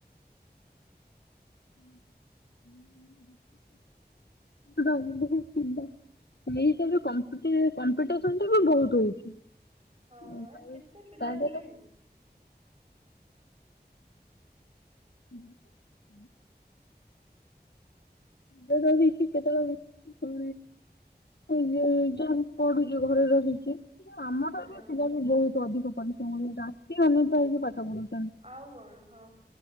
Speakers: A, on the left (about 75°); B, on the right (about 40°).
A: ହୁଁ ହୁଁ ହୁଁ। ବେ କିିଲା <unintelligible> ଏଇସବୁରେ କମ୍ପିଟି କମ୍ପିଟିସନ୍ ଯୋଗୁ ବୋହୁତ ହୋଉଛି।
B: ହଁ
A: ସେଟାବି
B: ଏ କେତେ ପିଲା
A: ତାସହିତ
B: ହେଲେଣି
A: ହଁଁ ହଁ। ଯୋଉ ଟା ବିକି କେଟା ଆଉ ଉଁ ଏ ଯୋଉ ଯୋଉ ପଢ଼ୁଚୁ ଘରେ ରହିକି। ଆମ ଠାରୁବି
B: ହଁ।
A: ପିଲା ବୋହୁତ ଅଧିକ ପରିଶ୍ରମ କରିଚନ୍ତି ରାତି ଅନିଦ୍ରା ହେଇକି ପାଠ ପଢୁଚନ୍ତି।
B: ଆଉ କଣ? ହଁ